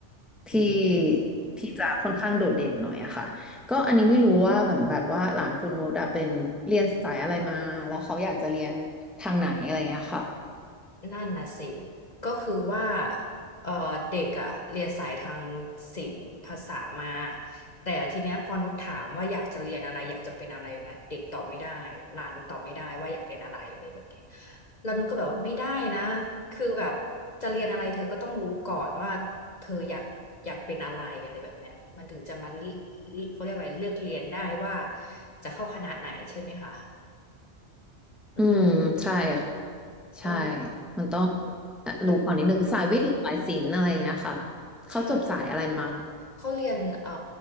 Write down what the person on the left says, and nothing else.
อืม
นั่นน่ะสิก็คือว่าเออเด็กอะเรียนสายทางศิลป์ภาษามา แต่ทีเนี้ยพอนุชถามว่าอยากจะเรียนอะไรอยากจะเป็นอะไรอย่างเงี้ยเด็กตอบไม่ได้หลานนุชตอบไม่ได้ว่าอยากเป็นอะไรอะไรแบบนี้แล้วนุชก็แบบว่าไม่ได้นะคือแบบจะเรียนอะไรเธอก็ต้องรู้ก่อนว่าเธออยากอยากเป็นอะไรอะไรแบบเนี้ยมันถึงจะมาเลือกเขาเรียกอะไรเลือกเรียนได้ว่าจะเข้าคณะไหนใช่ไหมคะ อืม
เออ
มัน
ใช่ เขาเรียนเอ่อ